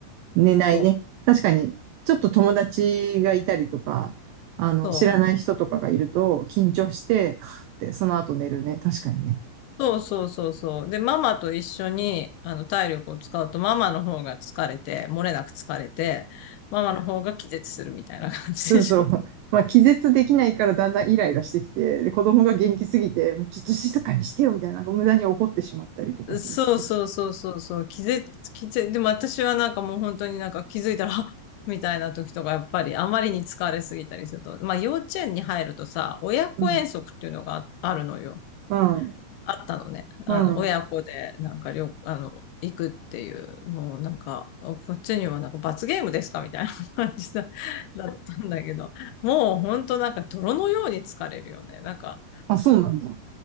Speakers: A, on the right; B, on the left.
A: 寝ないね。
B: そう。
A: 確かに、ちょっと友達がいたりとか、あの、
B: そう。
A: 知らない人とかがいると緊張して、カーってその後寝るね。確かにね。
B: そうそうそうそう。で、ママと一緒に、あの、体力を使うと、ママの方が疲れて、漏れなく疲れて、ママの方が気絶するみたいな感じでしょ。
A: <laughs> そうそう。まあ、気絶できないからだんだんイライラしてきて、で子供が元気すぎて、ちょっと静かにしてよみたいな、なんか無駄に怒ってしまったりとかするってう。
B: <laughs> そうそうそうそうそう。気絶、気絶、でも私はなんかもう本当になんか気づいたら、あみたいな時とか、やっぱりあまりに疲れすぎたりすると、まあ幼稚園に入るとさ、親子遠足っていうのがああるのよ。
A: うん。うん。
B: あったのね。
A: うん。
B: あの、親子で、なんか、旅、あの、行くっていう、もうなんか、こっちにはなんか罰ゲームですかみたいな感じだ、<laughs> だったんだけど、もうほんとなんか泥のように疲れるよね。なんか、
A: あ、そうなんだ。